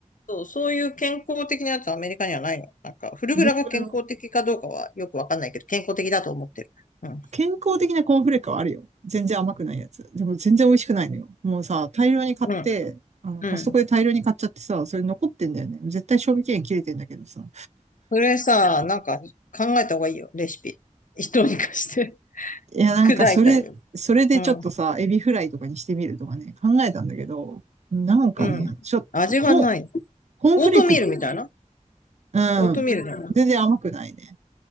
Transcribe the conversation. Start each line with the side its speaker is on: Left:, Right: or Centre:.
Left: そう、そういう健康的なやつはアメリカにはないの。なんか、フルグラが健康的かどうかはよくわかんないけど、
Right: フルグラ。
Left: 健康的だと思ってる。うん。
Right: 健康的なコーンフレークはあるよ。全然甘くないやつ。でも全然美味しくないのよ。もうさ、大量に買って、
Left: うん。
Right: あの、
Left: うん。
Right: コストコで大量に買っちゃってさ、それ残ってんだよね。絶対賞味期限切れてんだけどさ。
Left: それさ、なんか考えた方がいいよ、レシピ。どうにかして <laughs>
Right: いや、なんかそれ、
Left: 砕いたり。
Right: それでちょっとさ、
Left: うん。
Right: エビフライとかにしてみるとかね、考えたんだけど、なんかね、
Left: うん。
Right: ちょっと、
Left: 味がない。
Right: コーン、コーンフレーク、
Left: オートミールみたいな
Right: うん、
Left: オートミールだよな。
Right: 全然甘くないね。